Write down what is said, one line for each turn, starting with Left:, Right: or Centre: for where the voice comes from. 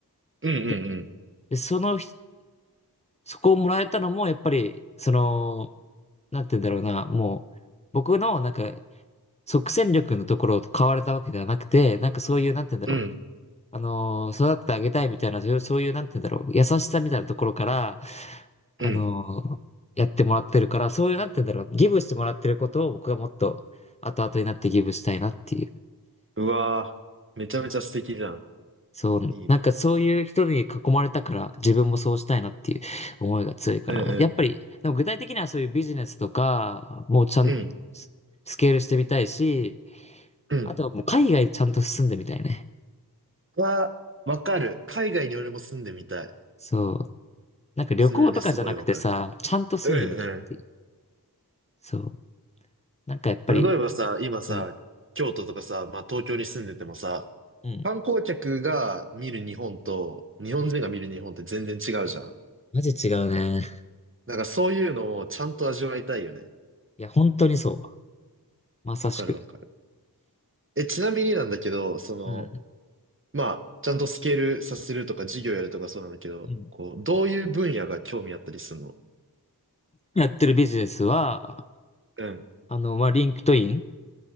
Right: うん、うん、
Left: で、でそのひ、そこをもらえたのも、やっぱり、その、なんて言うんだろうな、もう、僕の、なんか、即戦力のところを買われたわけではなくて、なんかそういう、なんて言うんだろう、
Right: うん、うん、
Left: あのー育ててあげたいみたいな、そういう、そういうなんて言うんだろう、優しさみたいなところから、あのーやってもらってるから、
Right: うん。
Left: そういうなんて言うんだろう、ギブしてもらってることを僕がもっと後々になってギブしたいなっていう。
Right: うわーめちゃめちゃ素敵じゃん。
Left: そう、
Right: いいね。
Left: なんかそういう人に囲まれたから自分もそうしたいなっていう思いが強いかな。
Right: うん、うん、
Left: やっぱり、でも具体的にはそういうビジネスとか、もうちゃん、
Right: うん、
Left: ススケールしてみたいし、
Right: うん。
Left: あとはもう海外ちゃんと住んでみたいね。
Right: わーわかる。海外に俺も住んでみたい。
Left: そう。なんか旅行とかじゃなくてさ、
Right: それはね、すごいわかるかな。
Left: ちゃんと住んでみるっていう
Right: うん、
Left: そう。なんかやっぱり、
Right: 例えばさ、今さ、
Left: うん、
Right: 京都とかさ、まあ東京に住んでてもさ、
Left: うん。
Right: 観光客が見る日本と日本人が見る日本って全然違うじゃん。
Left: うんマジ違うね。
Right: なんからそういうのをちゃんと味わいたいよね。
Left: いや、本当にそう。まさしく。
Right: わかるわかる。え、ちなみになんだけど、その、
Left: うん。
Right: まあ、ちゃんとスケールさせるとか事業やるとかそうなんだけど、
Left: うん
Right: こう、どういう分野が興味あったりするの
Left: やってるビジネスは、
Right: うん。
Left: あの、まあ、リンクトイン